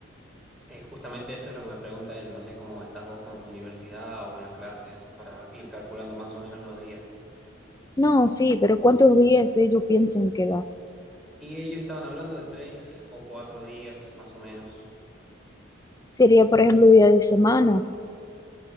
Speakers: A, in the centre; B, on the left.
A: Eh, justamente eso es lo que me pregunta él, no sé cómo estás vos con tu universidad o con las clases para ir calculando más o menos los días.
B: No, sí, pero ¿cuántos días ellos piensan que da?
A: Y ellos estaban hablando de tres o cuatro días, más o menos.
B: Sería, por ejemplo, día de semana.